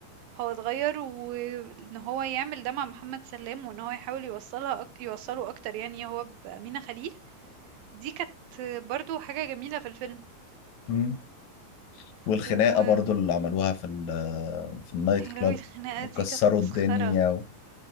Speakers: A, on the right; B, on the left.
A: هو اتغيّر وإن هو يعمل ده مع محمد سلام وإن هو يحاول يوصّلها أك يوصّله أكتر يعني هو بأمينة خليل، دي كانت برضه حاجة جميلة في الفيلم،
B: مم. والخناقه
A: و
B: برضو اللي عملوها في ال- في النايت
A: يا
B: كلاب
A: لهوي الخناقة
B: وكسروا
A: دي كانت مسخرة،
B: الدنيا و...